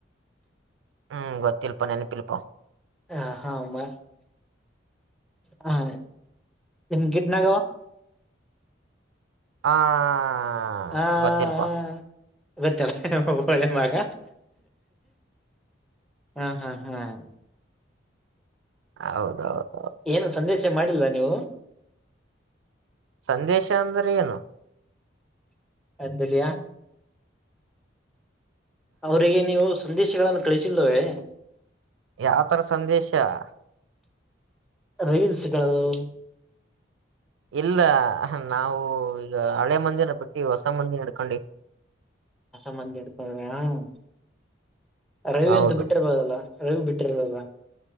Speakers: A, on the right; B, in the centre.
A: ಹ್ಮ್ ಗೊತ್ತಿಲ್ಪೋ ನೆನ ಪಲ್ಪ <unintelligible>
B: ಹ ಹಾಮ್ಮ ಹ ನಿಮ ಗಿಡ್ನಾಗಾವ <unintelligible>
A: ಆ <unintelligible>
B: ಹಾ
A: ಗೊತ್ತಿಲ್ಪಾ
B: ಹ ಹಾ <unintelligible> ಇ ಚಲ ಒಳ್ಳೆ ಮಾಗ ಹಾ ಹಾ ಹಾ <unintelligible>
A: ಹೌದೌದೌದು
B: ಏನು ಸಂದೇಶ ಮಾಡಿಲ್ಲ ನೀವು <unintelligible>
A: ಸಂದೇಶ ಅಂದ್ರ ಏನು <unintelligible>
B: ಅ್ದಲಯಾ <unintelligible> ಅವರಿಗೆ ನೀವು ಸಂದೇಶಗಳನ್ನು ಕಳಿಸಲ್ವೇ <unintelligible>
A: ಯಾವತರ ಸಂದೇಶ <unintelligible>
B: ರೀಲ್ಸ್ಗಳುದು <unintelligible>
A: ಇಲ್ಲ ನಾವು ಈಗ ಹಳೆ ಮಂದಿನ ಬಿಟ್ಟು ಹೊಸ ಮಂದಿ ನಡ್ಕೊಂಡಿ <unintelligible>
B: ಹಸ ಮಂದಿ ಇಡ್ತ್ರ <unintelligible> ರವಿ
A: ಹೌದು
B: ಅಂತೂ ಬಿಟ್ಟಿರ್ಬೋದಲ್ಲ ರವಿ ಬಿಟ್ಟಿರ್ದಲ್ಲ <unintelligible>